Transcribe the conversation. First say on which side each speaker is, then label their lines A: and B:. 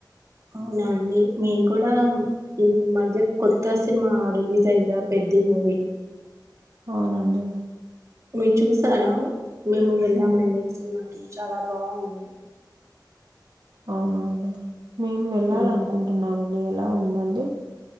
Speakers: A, on the right (about 40°); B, on the right (about 65°).
A: అవునా అండి, మేం కూడా ఈ మధ్య కొత్త సినిమా రిలీజ్ అయింది కదా పెద్ అది మూవి
B: అవునండి
A: మీరు చూసారా మేము వెళ్ళామండి
B: ఉం.
A: సినిమాకి చాలా బాగుంది
B: అవున అండి మేము వెళ్ళాలనుకుంటున్నామండి
A: ఉమ్,
B: ఎలా ఉందండి